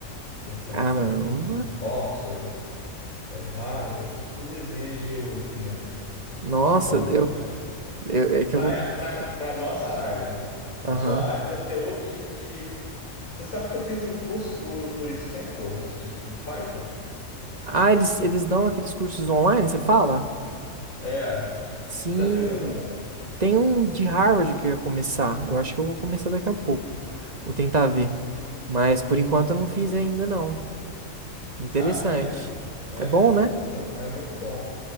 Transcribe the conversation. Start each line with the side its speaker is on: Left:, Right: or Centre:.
Left: pensando
Right: Caramba.
Left: aqui em outras, Oxford, é, Harvard, isso tudo exige o de Math
Right: Nossa,
Left: para matemática.
Right: eu, eu- é que
Left: Para
Right: eu vou ter que...
Left: a nossa área, né?
Right: Aham.
Left: A sua área deve ter outro tipo de. Você sabe que eu fiz um curso por, por Stanford, de, de Python?
Right: Ah, eles, eles dão aqueles cursos online, você fala?
Left: É.
Right: Sim.
Left: Você já fez algum?
Right: Tem um de Harvard que eu ia começar. Eu acho que eu vou começar daqui a pouco. Vou tentar ver. Mas por enquanto eu não fiz ainda, não. É Interessante.
Left: Ah, é, é
Right: É bom,
Left: sim,
Right: né?
Left: mu- é muito bom.